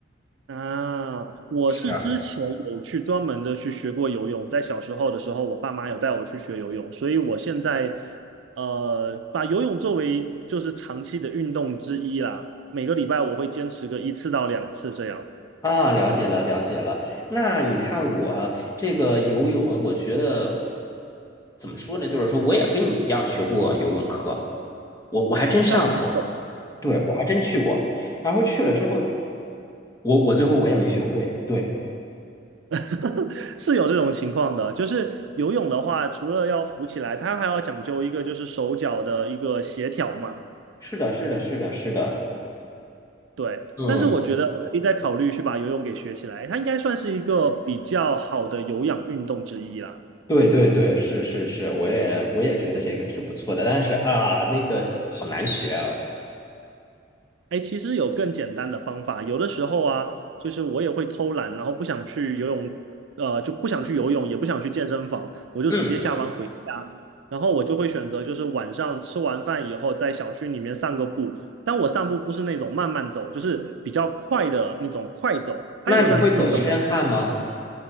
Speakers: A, on the right (about 75°); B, on the left (about 20°).
A: 啊。我是之前有去专门的去学过游泳，
B: 是
A: 在小时候的时候，我爸妈有带我去学游泳，所以我现在呃把游泳作为就是长期的运动之一啦，每个礼拜我会坚持个一次到两次这样，
B: 啊，了解了，了解了。那你看我这个游泳，我觉得怎么说呢？就是说，我也跟你一样学过游泳课。我我还真上过，
A: 但蛮久
B: 对，我还真去过，然后去了之后，我我最后我也没学会，对，
A: <laughs> 是有这种情况的，就是游泳的话，除了要浮起来，它还要讲究一个就是手脚的一个协调嘛。
B: 是的，是的，是的，是的，
A: 对，
B: 嗯，
A: 但是我觉得可以再考虑去把游泳给学起来，它应该算是一个比较好的有氧运动之一啦。
B: 对对对，是是是，我也我也觉得这个挺不错的，但是啊，那个好难学啊，
A: 哎，其实有更简单的方法。有的时候啊，就是我也会偷懒，然后不想去游泳，呃，就不想去游泳，也不想去健身房，我就直接下班回家。
B: 嗯，
A: 然后我就会选择，就是晚上吃完饭以后，在小区里面散个步。但我散步不是那种慢慢走，就是比较快的那种快走，它也算是运动，
B: 那你会走一身汗吗？